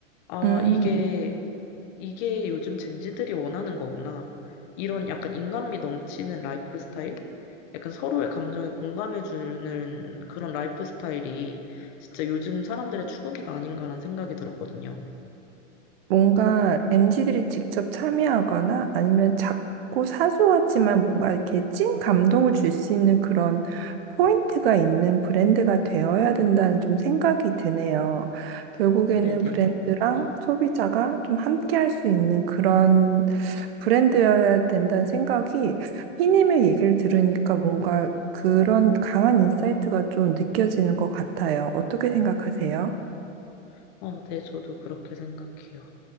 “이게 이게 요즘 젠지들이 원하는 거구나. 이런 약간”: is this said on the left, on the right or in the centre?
Left